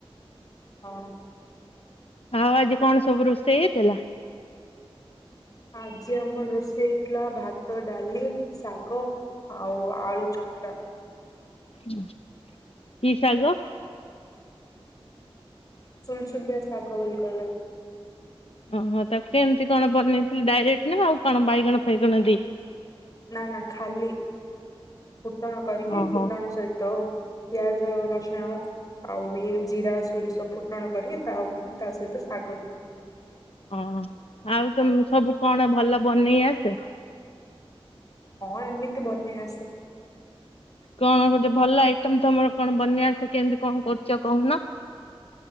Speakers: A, on the left (about 40°); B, on the left (about 75°).
A: ହଁ।
B: ଆଉ ଆଜି କଣ ସବୁ ରୋଷେଇ ହେଇଥିଲା?
A: ଆଜି ଆମର ରୋଷେଇ ହେଇଥିଲା ଭାତ, ଡାଲି, ଶା ଆଉ ଆଳୁ ଚ ଟା।
B: ହୁଁ। କି ଶାଗ?
A: ସୁଲସଲିଆ ଶାଗ ବୋଲି କହିଆକୁ
B: ଓହୋ ତାକୁ କେନ୍ତି କଣ ବନେଇଥିଲି ଡାଇରେକ୍ଟ ନା ଆଉ କଣ ବାଇଗଣ ଫାଇଗଣ ବି।
A: ନା ନା ଖାଲି। ଫୁଟଣ କରିକି
B: ଓହୋ
A: ଫୁଟଣ ସହିତ ପିଆଜ ରସୁଣ ଆଉ ଇଏ ଜିରା ସୋରିଷ ଫୁଟଣ କରି ତା ତା ସହିତ ଶାଗ ଦି
B: ଓ ଆଉ ତମ ସବୁ କଣ ଭଲ ବନେଇ ସେ
A: ହଁ ଏମିତି ବନେଇ ଆସେ।
B: କଣ ଗୋଟେ ଭଲ ଆଇଟମ ତମର କଣ ବନେଇ ଆସେ କେମିତି କଣ କରୁଛ କହୁନ?